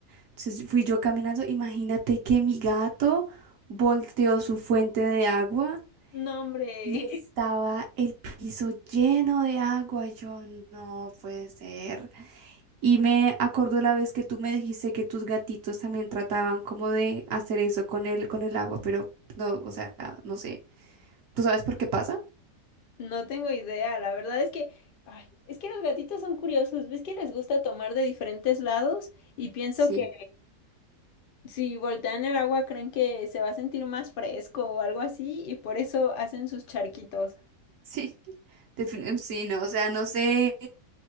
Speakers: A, on the right (about 60°); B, on the left (about 75°).
A: Entonces fui yo caminando, imagínate que mi gato volteó su fuente de agua
B: No, hombre,
A: y estaba el piso lleno de agua. Yo, no puede ser. Y me acordó la vez que tú me dijiste que tus gatitos también trataban como de hacer eso con el, con el agua, pero no, o sea, no sé. ¿Tú sabes por qué pasa?
B: <laughs> no tengo idea. La verdad es que, ay, es que los gatitos son curiosos. ¿Ves que les gusta tomar de diferentes lados? Y pienso
A: Sí,
B: que si voltean el agua creen que se va a sentir más fresco o algo así y por eso hacen sus charquitos.
A: <laughs> sí, defini- sí, no, o sea, no sé,